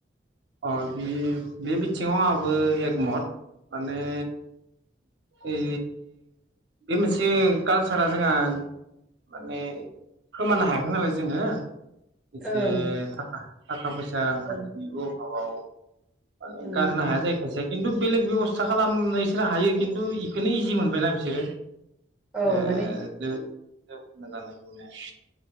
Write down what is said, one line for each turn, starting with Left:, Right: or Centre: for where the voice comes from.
Right: अ बे बे बिथिङाव आंहाबो एक मथ माने बे बे मोनसे कालसारा जोंहा माने खोमानो हायाखै नालाय जोङो एसे
Centre: ओं
Right: थाखा थाखा फैसा रां कान्थिनिउ
Centre: ओं
Right: अबाव माने
Centre: उम
Right: गारनो हाया जायो खायसे खिन्थु बेलेग बेबस्था खालामनो बिसोरो हायो खिन्थु बेखौनो इजि मोनबायना बिसोरो
Centre: औ
Right: ओ
Centre: माने
Right: दो जौ <inaudible>